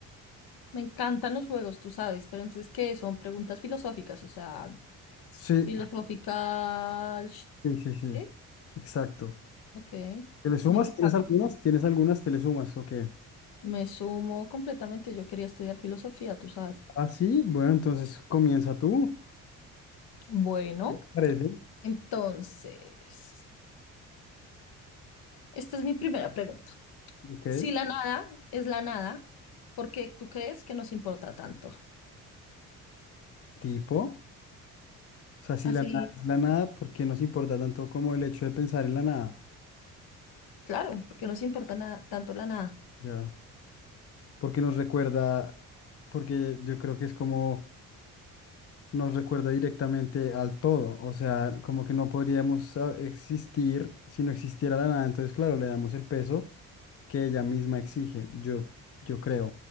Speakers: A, on the left; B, on the left.
A: Me encantan los juegos, tú sabes, pero entonces, ¿qué? Son preguntas filosóficas, o sea,
B: Sí,
A: filosófica. Sí,
B: sí, sí, sí, exacto.
A: ok.
B: ¿Te le sumas?
A: Me encanta.
B: ¿Tienes algunas? ¿Tienes algunas? ¿Te le sumas? Ok.
A: Me sumo completamente. Yo quería estudiar filosofía, tú sabes.
B: Ah, sí, bueno, entonces comienza tú.
A: Bueno,
B: ¿Qué te parece?
A: entonces, esta es mi primera pregunta.
B: Ok.
A: Si la nada es la nada, ¿por qué tú crees que nos importa tanto?
B: Tipo. O sea, si
A: Así,
B: la nada es la nada, ¿por qué nos importa tanto como el hecho de pensar en la nada?
A: claro, porque nos importa nada, tanto la nada.
B: Ya. Porque nos recuerda, porque yo creo que es como nos recuerda directamente al todo. O sea, como que no podríamos ah, existir si no existiera la nada. Entonces, claro, le damos el peso que ella misma exige, yo, yo creo.